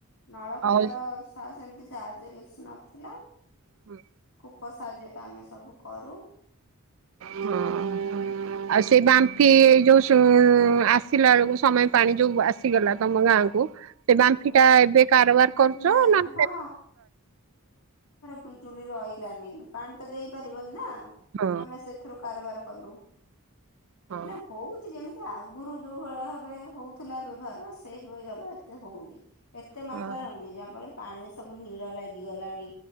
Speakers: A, on the left (about 75°); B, on the right (about 60°).
A: ନଳକୂପର
B: ଆଉ
A: ଶ୍ୱାସ ଏମିତି ସାହାଯ୍ୟ କିଛି ନଥିଲା
B: ହୁଁ
A: ଉପ ସାହାଯ୍ୟରେ ଆମେ ସବୁ କରୁ
B: ହଁ ଆଉ ସେଇ ବାମ୍ଫି ଯୋଉ ଆସିଲା ବେଳକୁ ସମୟ ପାଣି ଯୋଉ ଆସିଗଲା ତମ ଗାଁ କ ସେ ବାମ୍ଫି
A: ହୁଁ
B: ଟା ଏବେ କାରବାର କରୁଛ
A: ନାଇଁ
B: ନା
A: ହଁ ପିଜୁଳି ରହିଲାନି ପାଣି ତ ଦେଇପାରିବନି ନା
B: ହଁ
A: ଆମେ ସେଥିରୁ କାରବାର ଫଲୋ
B: ହଁ
A: ମାନ ହଉଛି ଯେମିତି ଆଗରୁ ଯୋଉ ଭଳିଆ ଭାବେ ହଉଥିଲା ବ୍ୟବହାର ସେଇଭଳି ବ୍ୟବ ଏତେ ହଉନି ଏତେ ମାତ୍ରାରେ
B: ହଁ
A: ହଉନି ଯାହା ଫଳରେ ପାଣିରେ ସବୁ ନୀଳ ଲାଗିଗଲାଣି